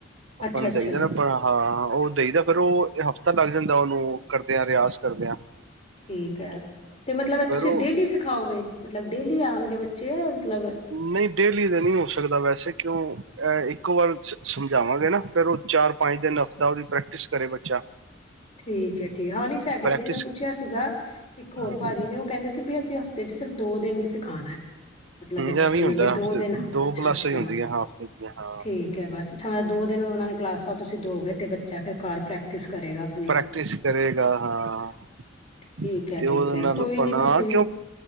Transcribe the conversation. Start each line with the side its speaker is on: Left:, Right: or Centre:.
Right: ਆਪਾਂ
Left: ਅੱਛਾ
Right: ਨੂੰ
Left: ਅੱਛਾ
Right: ਦਈਦਾ ਨਾ ਆਪ ਹਾਂ ਉਹ ਦਈ ਦਾ ਫਿਰ ਉਹ ਹਫ਼ਤਾ ਲੱਗ ਜਾਂਦਾ ਉਹਨੂੰ ਕਰਦਿਆਂ, ਰਿਆਜ਼ ਕਰਦਿਆਂ।
Left: ਠੀਕ ਹੈ, ਤੇ ਮਤਲਬ ਤੁਸੀਂ
Right: ਉਹ
Left: ਡੇਲੀ ਸਿਖਾਓਗੇ? ਮਤਲਬ, ਡੇਲੀ ਆਉਣਗੇ ਬੱਚੇ? ਮਤਲਬ
Right: ਨਹੀਂ, ਡੇਲੀ ਤਾਂ ਨਹੀਂ ਹੋ ਸਕਦਾ ਵੈਸੇ ਕਿਉਂ ਅਹ, ਇੱਕੋ ਵਾਰ ਸਮਝਾਵਾਂਗੇ ਨਾ ਫਿਰ ਉਹ ਚਾਰ ਪੰਜ ਦਿਨ ਹਫ਼ਤਾ ਉਹਦੀ ਪ੍ਰੈਕਟਿਸ ਕਰੇ ਬੱਚਾ।
Left: ਠੀਕ ਹੈ, ਠੀਕ ਹਾਂ ਨੀ ਸਾਡੇ
Right: ਪ੍ਰੈਕਟਿਸ
Left: ਇੱਥੇ ਮੈਂ ਪੁੱਛਿਆ, ਸੀਗਾ ਇੱਕ ਹੋਰ
Right: ਹੂੰ
Left: ਭਾਜੀ ਨੇ ਉਹ ਕਹਿੰਦੇ ਸੀ ਵੀ ਤੇ ਸਿਰਫ ਦੋ ਦਿਨ ਹੀ ਸਿਖਾਉਣਾ, ਮਤਲਬ ਬੱਚੇ
Right: ਐਵੇਂ ਹੀ
Left: ਨੂੰ
Right: ਹੁੰਦਾ
Left: ਬਸ ਦੋ
Right: ਹਫ਼ਤੇ
Left: ਦਿਨ
Right: ਦੋ
Left: ਅੱਛਾ
Right: ਕਲਾਸਾਂ
Left: -ਅੱਛਾ
Right: ਹੀ ਹੁੰਦੀਆਂ ਹਾਂ ਹਫ਼ਤੇ ਦੀਆਂ ਹਾਂ
Left: ਠੀਕ ਹੈ ਬਸ ਅੱਛਾ ਮਤਲਬ ਦੋ ਦਿਨ ਉਹਨਾਂ ਨੇ ਕਲਾਸਾਂ ਤੁਸੀਂ ਦੋ ਗੇ ਤੇ ਬੱਚਾ ਫਿਰ ਘਰ ਪ੍ਰੈਕਟਿਸ ਕਰੇਗਾ। ਆਪਣੀ
Right: ਪ੍ਰੈਕਟਿਸ ਕਰੇਗਾ, ਹਾਂ।
Left: ਠੀਕ ਹੈ
Right: ਤੇ
Left: ਠੀਕ
Right: ਉਹਦੇ
Left: ਹੈ
Right: ਨਾਲ
Left: ਕੋਈ
Right: ਆਪਾਂ
Left: ਨੀ
Right: ਨਾ,
Left: ਤੁਸੀਂ
Right: ਕਿ ਉਹ